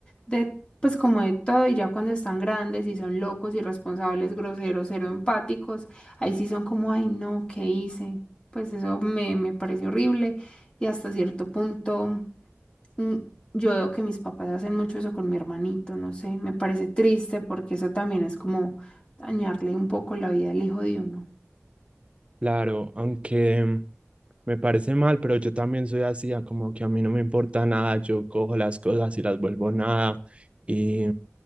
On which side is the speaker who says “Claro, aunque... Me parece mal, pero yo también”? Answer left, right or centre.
Right